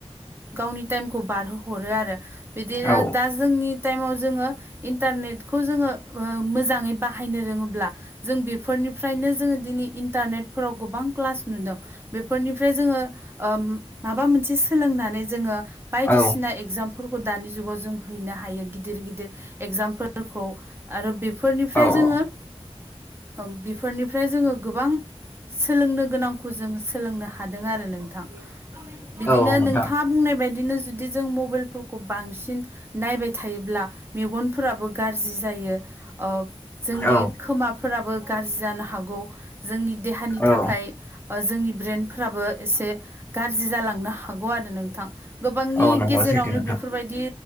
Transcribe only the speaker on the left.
औ
औ
औ
औ नोंथां
औ
औ
औ नंगौ
सैथो नोंथां